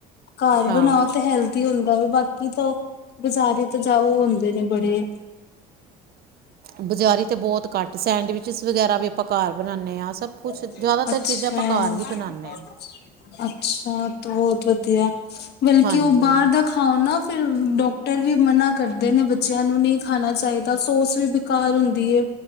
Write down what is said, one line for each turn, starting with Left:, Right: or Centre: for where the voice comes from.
Left: ਘਰ
Right: ਹਾਂ
Left: ਬਣਾਓ ਤੇ ਹੈਲਦੀ ਹੁੰਦਾ ਵਾ ਬਾਕੀ ਕਿ ਤਾਂ ਬਾਜ਼ਾਰੀ ਤਾਂ ਜਾ ਉਹ ਹੁੰਦੇ ਨੇ ਬੜੇ
Right: ਬਜ਼ਾਰੀ ਤੇ ਬਹੁਤ ਘੱਟ ਸੈਂਡਵਿਚਸ ਵਗੈਰਾ ਵੀ ਆਪਾਂ ਘਰ ਬਣਾਉਂਦੇ ਹਾਂ ਸਭ ਕੁਛ
Left: ਅੱਛਾ-ਅੱਛਾ
Right: ਜ਼ਿਆਦਾਤਰ ਚੀਜ਼ਾਂ ਆਪਾਂ ਘਰ ਹੀ ਬਣਾਉਂਦੇ ਹਾਂ
Left: ਤੋ ਵਧੀਆ। ਬਲਕਿ
Right: ਹਾਂਜੀ
Left: ਉਹ ਬਾਹਰ
Right: ਹਾਂਜੀ
Left: ਦਾ ਖਾਓ ਨਾ ਫਿਰ ਡੌਕਟਰ ਵੀ ਮਨਾ ਕਰਦੇ ਨੇ ਬੱਚਿਆਂ ਨੂੰ ਨਹੀਂ ਖਾਣਾ ਚਾਹੀਦਾ, ਸੋਸ ਵੀ ਬੇਕਾਰ ਹੁੰਦੀ ਏ।